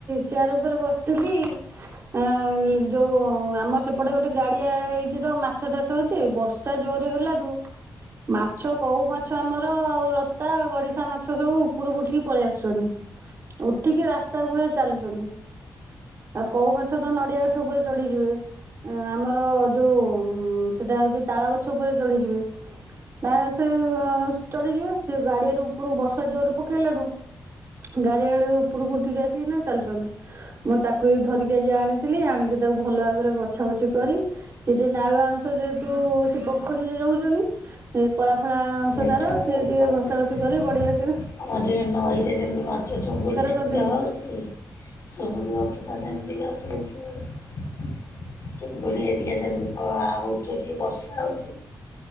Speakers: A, on the right; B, on the left.
A: ଚେୟାର ଉପରେ ବସିଥିଲି ଅ ଯୋଉ ଆମର ସେପଟେ ଗୋଟେ ଗାଡିଆ ହେଇଛି ତ ମାଛ ଚାଷ ହଉଛି ସେ ବର୍ଷା ଜୋ ରେ ହେଲାଠୁ ମାଛ କଉ ମାଛ ଆମର ଆଉ ରତା ଗଡିଶା ମାଛ ସବୁ ଉପରକୁ ଉଠିକି ପଳେଇ ଆସୁଛନ୍ତି ଉଠିକି ରାସ୍ତା ଉପରେ ଚାଲୁଛନ୍ତି। ଆଉ କୋଉ ମାଛ ତ ନଡିଆ ସବୁରେ ଚଢଯିବେ। ଏ ଆମର ଯୋଉ ସେଇଟା ହଉଛି ତାଳ ଗଛ ଉପରେ ଚଳିଯିବେ। ତାର ଫେରେ ଚଡିଯିବେ ସେ ଗାଡିଆ ର ଉପରୁ ବର୍ଷା ଜୋରରେ ପକେଇଲାରୁ ଗାଡି ଆଡେ ଉପରକୁ ଉଠିକି ଆସିକି ନା ଚାଲୁଚନ୍ତି। ମୁଁ ତାକୁ ଧରିକି ଆଜି ଆଣିଥିଲି ଆଣିକି ତାକୁ ଭଲ ଭାବରେ ବଛା ବଛି କରି ସେଠି ନାଳୁଆ ଅଂଶ ଯେହେତୁ ସେ ପୋଖରୀରେ ରହୁଛନ୍ତି ସେ କଳା ଫଳା ଅଂ
B: ଆମେ
A: ସେ ତାର
B: ତ
A: ସିଏ ଟିକେ
B: କଣ
A: ଘଷା
B: କରିବୁ
A: ଘଷି କରି ବଡ଼େଇଆ କିରି
B: ଆମର ଇଏ ନଈରେ ଯେମିତି ମାଛ ଚିଙ୍ଗୁଡ଼ି ସେମିତି
A: କରିଦେଇକି
B: ହଉ ଛି ଚିଙ୍ଗୁଡି ରଖିଥା ସେମିତି ରଖି ଦେଇଥିବ ଚିଙ୍ଗୁଡିଏ ଟିକେ ସେମିତି ପ ଉଠୁଛି ବର୍ଷା ହଉଛି।